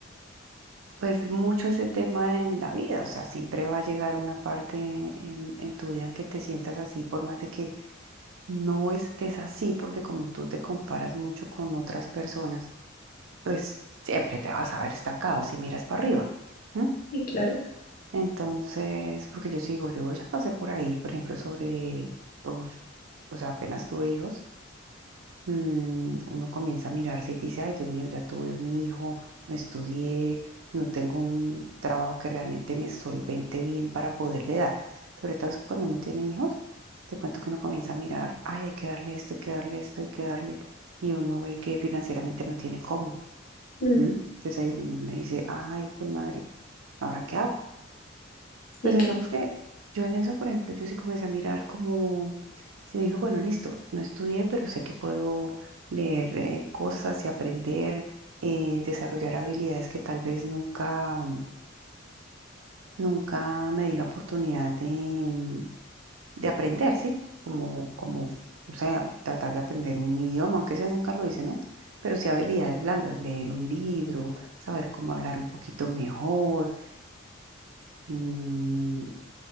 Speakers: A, on the right; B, on the left.
A: pues mucho ese tema en la vida, o sea, siempre va a llegar una parte en, en tu vida en que te sientas así, por más de que no estés así, porque como tú te comparas mucho con otras personas, pues siempre te vas a ver estancado si miras para arriba. ¿m?
B: Sí, claro.
A: Entonces, porque yo sigo, yo ya pasé por ahí, por ejemplo, sobre los, o sea, apenas tuve hijos mm, uno comienza a mirarse y dice, ay, Dios mío, ya tuve un hijo, no estudié, no tengo un trabajo que realmente me solvente bien para poderle dar. Sobre todo es que cuando uno tiene hijos, te cuento que uno comienza a mirar, ay, hay que darle esto, hay que darle esto, hay que darle, y uno ve que financieramente no tiene cómo.
B: Mm,
A: ¿m? Entonces ahí es donde uno dice, ay, hijo de madre, ¿ahora qué hago? Pero
B: sí, claro.
A: digamos que yo en eso, por ejemplo, yo sí comencé a mirar como, se dijo, bueno, listo, no estudié, pero sé que puedo leer eh, cosas y aprender, eh, desarrollar habilidades que tal vez nunca, nunca me di la oportunidad de, mm, de aprender, ¿sí? Como, como, o sea, tratar de aprender un idioma, aunque ese nunca lo hice, ¿no? Pero sí habilidades blandas, leer un libro, saber cómo hablar un poquito mejor, mm,